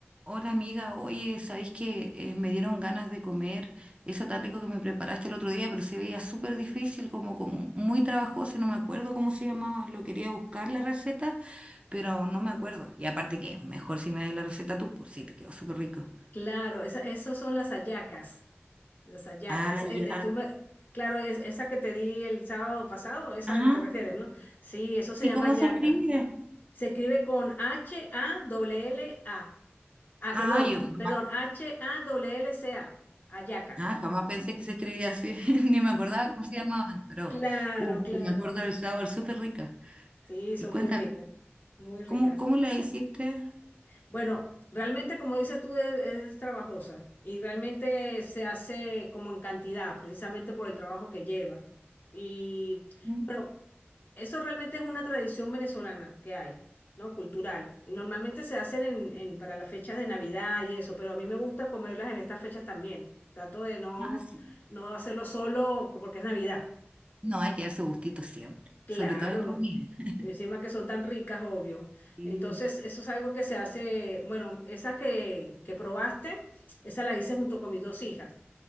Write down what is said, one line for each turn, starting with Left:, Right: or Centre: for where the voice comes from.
Right: Hola amiga, oye, ¿sabéis que eh, me dieron ganas de comer eso tan rico que me preparaste el otro día, pero se veía súper difícil, como, como muy trabajoso, no me acuerdo cómo se llamaba, lo quería buscar la receta, pero no me acuerdo. Y aparte que mejor si me das la receta tú, pues sí, te quedó súper rico.
Left: Claro, esa, esas son las hallacas, las hallacas.
Right: Ah,
Left: Es- eh,
Right: ya.
Left: eh, tú me- claro, es- esa que te di el sábado pasado, esa
Right: Ajá.
Left: te refieres, ¿no? Sí, eso
Right: Sí,
Left: se llama
Right: ¿cómo
Left: hallaca.
Right: se escribe?
Left: Se escribe con H-A-L-L-A. Ah,
Right: Ah,
Left: perdón,
Right: yo jamás,
Left: perdón, H-A-L-L-C-A, hallaca.
Right: ah, jamás pensé que se escribía así, <laughs> ni me acordaba cómo se llamaban, pero
Left: Claro,
Right: uh,
Left: claro.
Right: sí me acuerdo del sabor, súper rica.
Left: Sí, son
Right: Y cuéntame,
Left: muy ricas, muy ricas.
Right: ¿cómo, cómo la hiciste?
Left: Bueno, realmente como dices tú es, es trabajosa y realmente se hace como en cantidad, precisamente por el trabajo que lleva. Y
Right: Mm,
Left: bueno, eso realmente es una tradición venezolana que hay, ¿no? Cultural. Y normalmente se hacen en, en- para las fechas de Navidad y eso, pero a mí me gusta comerlas en estas fechas también. Trato de no,
Right: Ah, sí.
Left: no hacerlo solo porque es Navidad.
Right: No, hay que darse gustitos siempre,
Left: Claro,
Right: sobre todo en comida. <laughs>
Left: encima que son tan ricas, obvio.
Right: Sí.
Left: Entonces, eso es algo que se hace, bueno, esas que, que probaste, esas las hice junto con mis dos hijas.